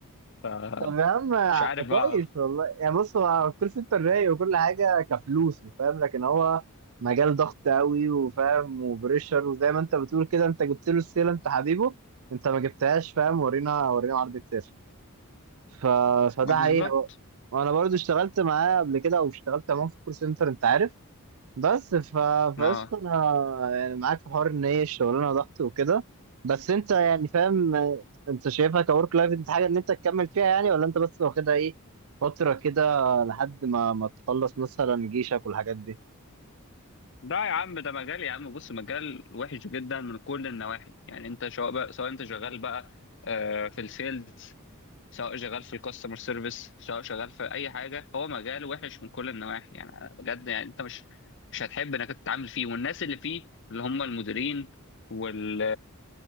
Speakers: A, on the left (about 55°); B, on the right (about 65°).
A: فمش
B: طب يا عم
A: عارف بقى
B: كويس والله يعني بص هو الكول سنتر رايق وكل حاجه كفلوس فاهم لكن هو مجال ضغط قوي وفاهم وبريشر وزي ما انت بتقول كده انت جبت له السيله انت حبيبه انت ما جبتهاش فاهم ورينا ورينا عرض كتير ف... فده
A: آه، بالظبط
B: حقيقة بقى. وانا برضو اشتغلت معاه قبل كده او اشتغلت معاه في كول سنتر انت عارف بس ف...
A: اه
B: فقسط انا يعني معاك في حوار ان هي الشغلانة ضغط وكده بس انت يعني فاهم انت شايفها كورك لايف انت حاجة ان انت تكمل فيها يعني ولا انت بس واخدها ايه فترة كده لحد ما ما تخلص مثلا جيشك والحاجات
A: لا يا عم ده مجال يا عم بص مجال وحش جدا من كل النواحي يعني انت سواء بقى سواء انت شغال بقى آه، في السيلز سواء شغال في الكاستمر سيرفيس سواء شغال في اي حاجه هو مجال وحش من كل النواحي يعني أنا بجد يعني انت مش مش هتحب انك تتعامل فيه والناس اللي فيه اللي هم المديرين وال